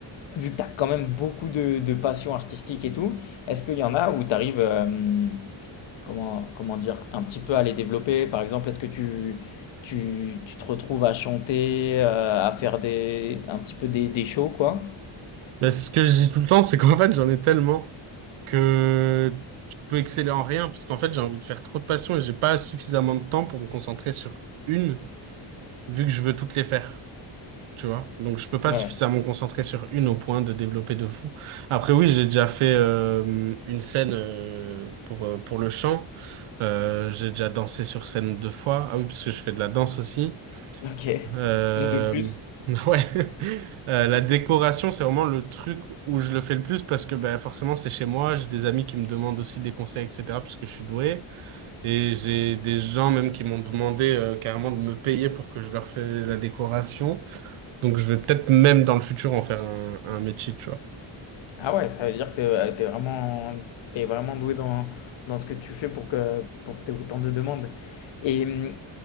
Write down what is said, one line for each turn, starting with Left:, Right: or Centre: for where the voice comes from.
Left: vu que tu as quand même beaucoup de, de passion artistique et tout, est-ce qu'il y en a où tu arrives, euh, comment, comment dire, un petit peu à les développer? Par exemple, est-ce que tu, tu, tu te retrouves à chanter, euh, à faire des, un petit peu des, des shows, quoi?
Right: Mais ce que je dis tout le temps, c'est qu'en fait j'en ai tellement que je peux exceller en rien parce qu'en fait j'ai envie de faire trop de passions et j'ai pas suffisamment de temps pour me concentrer sur une vu que je veux toutes les faire. Tu vois? Donc, je peux pas
Left: Ouais.
Right: suffisamment me concentrer sur une au point de développer de fou. Après, oui, j'ai déjà fait euh, une scène euh, pour, euh, pour le chant. Euh, j'ai déjà dansé sur scène deux fois. Ah oui, parce que je fais de la danse aussi.
Left: Ok.
Right: Euh,
Left: De plus.
Right: <laughs> ouais. Euh, la décoration, c'est vraiment le truc où je le fais le plus parce que ben, forcément, c'est chez moi. J'ai des amis qui me demandent aussi des conseils, etc. parce que je suis doué. Et j'ai des gens même qui m'ont demandé euh, carrément de me payer pour que je leur fasse la décoration. Donc je vais peut-être même dans le futur en faire un, un métier, tu vois.
Left: Ah ouais, ça veut dire que euh, t'es es vraiment, t'es vraiment doué dans, dans ce que tu fais pour que, pour que tu autant de demandes. Et, hum,